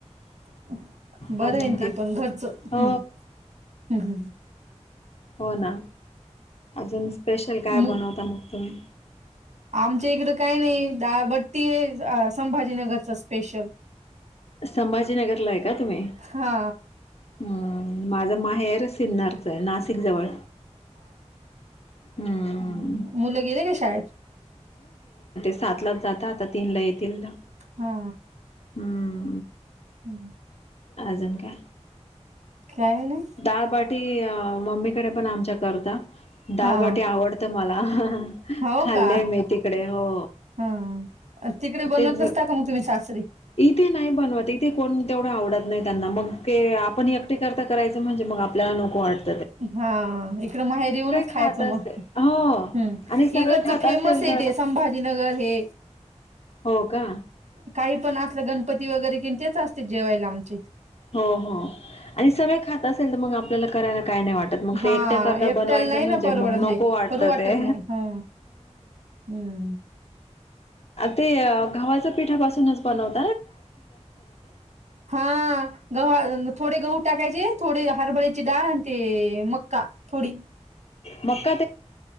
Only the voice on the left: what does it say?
अजून
काय?
हो
हो ना अजून स्पेशल काय
बनवता मग तुम्ही
संभाजीनगरला आहे का तुम्ही हम्म
माझा माहेर सिन्नारच आहे नाशिक जवळ हम्म.
सात लाच जाता आता तीन ला येतील ना
हम्
अजून का
दाळबाटी मम्मी पण आमच्या करता दाळबाटी
आवडत मला
खाल्लेय
मी तिकडे हो
तेच
इथे नाही बनवत इथे कोण तेवढं आवडत नाही त्यांना मग ते आपण एकटी करता करायचं म्हणजे मग आपल्याला नको वाटत
खात असेल
हो आणि सगळे
खात
असेल तर
हो का
हो हो आणि सगळें खात असेल तर मग आपल्याला करायला काय नाही वाटत मग
ते एकट्या करता
बनवायचं
म्हणजे
मग नको वाटत
ते
ते घवच्या पिठापासूनच बनवत
मका